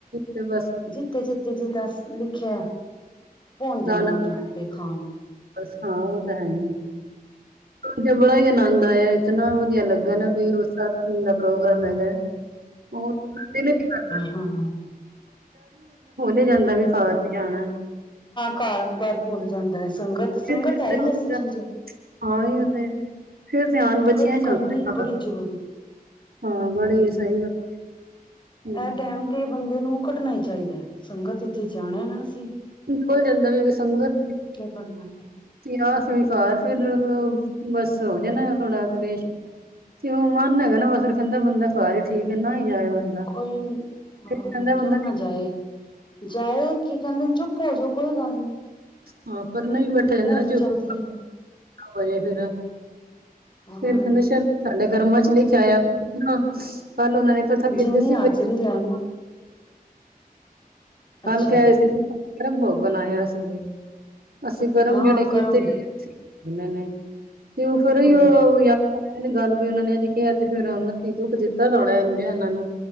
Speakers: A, on the right; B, on the left.
A: ਤੇ ਬਸ
B: ਜਿੱਥੇ-ਜਿੱਥੇ ਜਿਦਾ ਲਿਖਿਆ। ਭੁਣ ਜਾਣਾ
A: ਨਾ ਨਾ
B: ਉਹਨੇ ਆਪੇ ਖਾਣ
A: ਬਸ ਹਾਂ, ਉਹ ਤਾਂ ਹੈ ਨੀ ਉਥੇ ਬੜਾ ਹੀ ਆਨੰਦ ਆਇਆ। ਇਤਨਾ ਵਧੀਆ ਲੱਗਾ ਨਾ ਵੀਰ ਉ ਸਾਰਾ ਦਿਨ ਦਾ ਪ੍ਰੋਗਰਾਮ ਹੈਗਾ ਉਹ ਦਿਨ ਕਿਨਾ
B: ਹਾਂ-ਹਾਂ
A: ਹੀ ਜਾਂਦਾ ਵੀ ਘਰ ਵੀ ਜਾਣਾ।
B: ਕਰ ਹਾਂ ਕਰ। ਭੁੱਲ ਜਾਂਦਾ ਐ ਸੰਗਤ, ਸੰਗਤ
A: ਫਿਰ ਕਹਿੰਦੇ
B: ਹੈ ਹੀ ਐਸੀ ਚੀਜ਼ ਐ।
A: ਹਾਂ ਅਇਉ ਤੇ ਫੇਰ ਧਿਆਨ
B: ਸੰਗਤ
A: ਬਛੀਆਂ ਏਚ
B: ਕਰਨੀ
A: ਆਂਦਾ,
B: ਬੜੀ ਜ਼ਰੂਰੀ
A: ਹਾਂ ਬੜੀ
B: ਹੂੰ
A: ਸਹੀ ਗੱਲ। ਹੂੰ
B: ਇਹ ਟੈਮ ਤੇ ਬੰਦੇ ਨੂੰ ਕੱਢਣਾ ਹੀ ਚਾਹੀਦਾ ਸੰਗਤ ਇਚ ਜਾਣਾ ਨਾ ਅਸੀ
A: ਖੁੱਲ ਜਾਂਦਾ ਵੇ ਸੰਗਤ
B: ਕਰਨਾ ਪਏ
A: ਯਾਹਾ ਸਵੀਕਾਰ ਹੋ ਜਾਣਾ ਫੇਰ ਬਸ ਥੋੜ੍ਹਾ ਕਲੇਸ਼। ਤੇ ਉਹ ਮਨ ਹੈਗਾ ਨਾ ਬਸ ਕਹਿੰਦਾ ਬੰਦਾ ਘਰ ਹੀ ਠੀਕ ਐ ਨਾ ਹੀ ਜਾਏ ਬੰਦਾ।
B: ਕੋਈ ਨੀ ਹਾਂ
A: ਕਹਿੰਦਾ
B: ਕਿਉਂ
A: ਬੰਦਾ
B: ਨਾ ਜਾਏ, ਜਾਏ ਕੀ ਕਹਿੰਦੇ ਚੁੱਪ ਭੋਜੋ ਕੋਈ ਗੱਲ ਨੀ।
A: ਹਾਂ ਪਰ ਨਹੀਂ ਬੈਠੇ ਜਾਂਦਾ
B: ਉਹ
A: ਨਾ
B: ਤੇ
A: ਚੁਪ
B: ਚਲਦੀਆਂ ਹੀ
A: ਹੋਜੇ ਫੇਰ
B: ਹਾਂ
A: ਫੇਰ ਕਹਿੰਦੇ
B: ਇੱਥੇ
A: ਸ਼ ਸਾਡੇ ਕਰਮਾਂ ਚ ਲਿਖਿਆ ਹੋਇਆ ਤੇ ਨਾ। ਕੱਲ ਉਹਨਾਂ ਨੇ ਕਥਾ
B: ਜਿੰਨੀ
A: ਕੀਤੀ ਸੀ
B: ਹਾਜ਼ਰੀ
A: ਭਈ
B: ਲੈਣੀ
A: ਕਲ
B: ਅੱਛਾ
A: ਕਹਿ ਰਹੇ ਸੀ ਨਾ ਗਰਮ ਭੋਗ ਬਣਾ ਆਇਆ ਅਸੀ ਤੇ ਅਸੀਂ ਕਰਮ
B: ਹਾਂ
A: ਜਿਹੜੇ ਕੀਤੇ
B: ਕਰਮ
A: ਦੇ ਨੇ, ਤੇ ਉਹ ਫੇਰ
B: ਹਾਂ
A: ਈ ਉਹ ਯਾ ਫੇਰ ਕਿ ਗੱਲ ਵੀ ਉਹਨਾਂ ਨੇ ਲਿਖਿਆ ਤੇ ਫਿਰ ਉਹਨਾਂ ਸਬੂਤ ਦਿੱਤਾ ਦਾ ਇਹਨਾਂ ਨੂੰ।